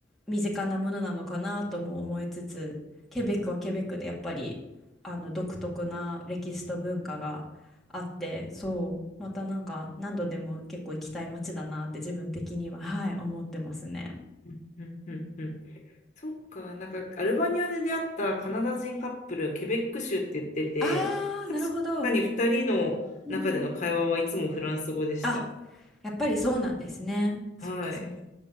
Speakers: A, in the centre; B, on the left.
A: 身近なものなのかなとも思いつつ、ケベックはケベックでやっぱりあの独特な歴史と文化があって、そう、またなんか何度でも結構行きたい街だなって自分的には、はい、思ってますね。
B: うん、うん、うん、うん。そっか、なんかアルバニアで出会ったカナダ人カップル、ケベック州って言ってて、
A: あー、
B: 確かに2人の中での会話はいつもフランス語でした。
A: なるほど。うんうんあ、やっぱりそうなんですね。
B: はい。
A: そっかそっ